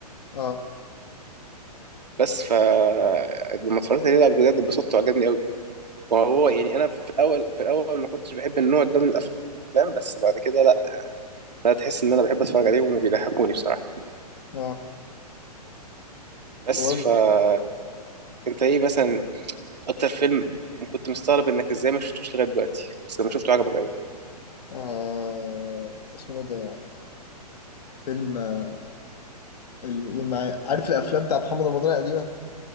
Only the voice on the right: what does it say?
بس ف لما اتفرجت عليه لا بجد اتبسطت وعجبني قوي وهو
يعني انا في الاول في الاول ما كنتش بحب النوع ده من الافلام بس بعد كده لا لا تحس ان انا بحب اتفرج عليهم وبيضحكوني بصراحه
بس
فانت ايه مثلا اكتر فيلم كنت مستغرب انك ازاي ما شفتوش لغايه دلوقتي بس لما شفته عجبك قوي